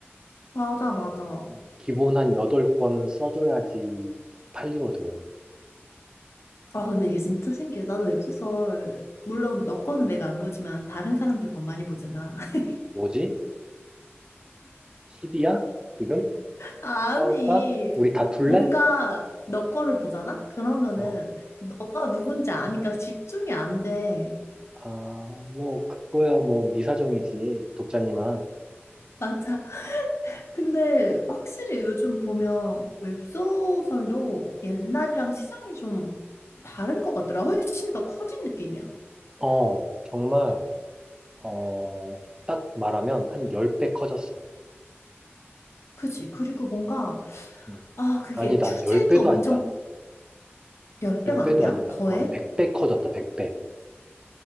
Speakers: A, on the left; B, on the right.
A: 맞아 맞아.
B: 음, 기본 한 8권은 써줘야지 팔리거든.
A: 아, 근데 이게 진짜 신기해. 나도 웹소설, 물론 너 거는 내가 안 보지만 다른 사람들 건 많이 보잖아. <laughs>
B: 뭐지? 시비야? 지금?
A: 아니,
B: 싸울까? 우리 다툴래?
A: 뭔가 너 거를 보잖아? 그러면은
B: 어,
A: 너가 누군지 아니까 집중이 안 돼.
B: 아, 뭐, 그거야, 뭐, 네 사정이지, 독자님아.
A: 맞아. 근데 확실히 요즘 보면 웹소설도 옛날이랑 시장이 좀 다른 것 같더라. 훨씬 더 커진 느낌이야.
B: 어, 정말, 어, 딱 말하면 한 10배 커졌어.
A: 그치? 그리고 뭔가,
B: 음.
A: 아, 그게
B: 아니다,
A: 주제도
B: 10배도
A: 엄청
B: 아니다.
A: 열배가
B: 10배도
A: 아니야?
B: 아니다.
A: 더해?
B: 아, 한 100배 커졌다, 100배.